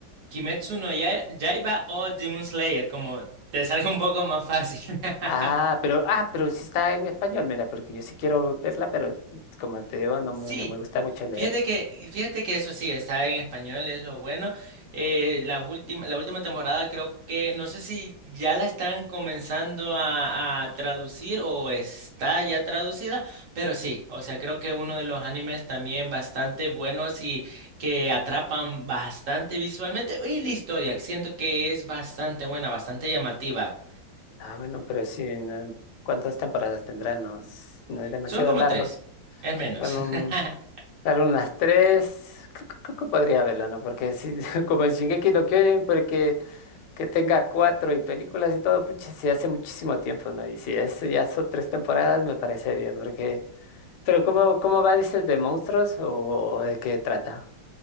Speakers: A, on the right (about 45°); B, on the left (about 70°).
A: Kimetsu no Ya- Yaiba o Demon Slayer, como te salga un poco más fácil. <laughs>
B: Ah, pero, ah, pero sí está en español, mira, porque yo sí quiero verla, pero como te digo, no
A: Sí,
B: me, no me gusta mucho leer.
A: Fíjate que, fíjate que eso sí, está en español, es lo bueno. Eh, la última, la última temporada creo que, no sé si ya la están comenzando a, a traducir o está ya traducida, pero sí, o sea, creo que uno de los animes también bastante buenos y que atrapan bastante visualmente. Y la historia, que siento que es bastante buena, bastante llamativa.
B: Ah, bueno, pero sí, no- ¿cuántas temporadas tendrá? No, es no es demasiado
A: Son como
B: largo.
A: tres, es menos.
B: Bueno,
A: <laughs>
B: un- claro, unas tres, creo, que creo que podría verla, ¿no? Porque si, <laughs> como el Shingeki no Kyojin, porque que tenga cuatro y películas y todo, pucha, sí hace muchísimo tiempo, ¿no? Y si es, ya son tres temporadas, me parece bien, porque... Pero ¿cómo, cómo va, dices, de monstruos o, o de qué trata?